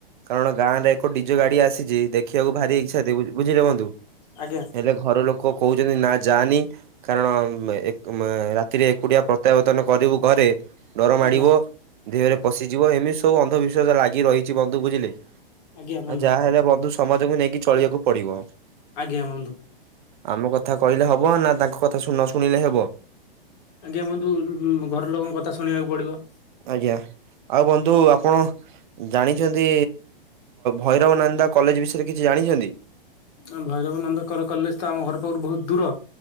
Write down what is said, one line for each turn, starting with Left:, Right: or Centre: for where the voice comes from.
Right: କାରଣ ଗାଁରେ ଏକ ଡିଜୋ ଗାଡି ଆସିଛି ଦେଖିବାକୁ ଭାରି ଇଚ୍ଛା ଥି ବୁଝିଲେ ବନ୍ଧୁ।
Left: ଆଜ୍ଞା
Right: ହେଲେ ଘର ଲୋକ କହୁଛନ୍ତି ନା ଯାନି କାରଣ ଏକ ରାତିରେ ଏକୁଟିଆ ପ୍ରତ୍ୟାବର୍ତ୍ତନ କରିବୁ ଘରେ ଡର ମାଡିବ!
Left: ଆଜ୍ଞା
Right: ଦେହରେ ପଶିଯିବ! ଏମିତି ସବୁ ଅନ୍ଧବିଶ୍ଵାସ ଲାଗି ରହିଛି ବନ୍ଧୁ ବୁଝିଲେ। ଆ
Left: ଆଜ୍ଞା ବନ୍ଧୁ
Right: ଯାହାହଲେ ବନ୍ଧୁ ସମାଜକୁ ନେଇକି ଚଳିବାକୁ ପଡିବ।
Left: ଆଜ୍ଞା, ବନ୍ଧୁ।
Right: ଆମ କଥା କହିଲେ ହବ ନା ତାଙ୍କ କଥା ନ ଶୁଣିଲେ ହବ।
Left: ଆଜ୍ଞା, ବନ୍ଧୁ ଘର ଲୋକଙ୍କ କଥା ଶୁଣିବାକୁ ପଡିବ।
Right: ଆଜ୍ଞା ଆଉ ବନ୍ଧୁ ଆପଣ ଜାଣିଛନ୍ତି ଭୈରବ ନନ୍ଦା କଲେଜ ବିଷୟରେ କିଛି ଜାଣିଛନ୍ତି?
Left: ଆ ଭୈରବ ନନ୍ଦକର୍ କଲେଜ ତ ଆମ ଘର ପାଖରୁ ବହୁତ ଦୂର।